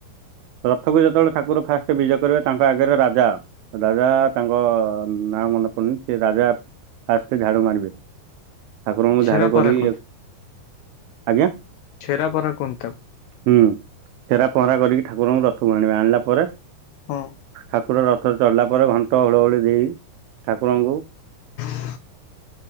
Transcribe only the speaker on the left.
ଛେରା
ପହଁରା
କୁହନ୍ତି
ଛେରା ପହରା କୁହନ୍ତି ତାକୁ
ହଁ
ବ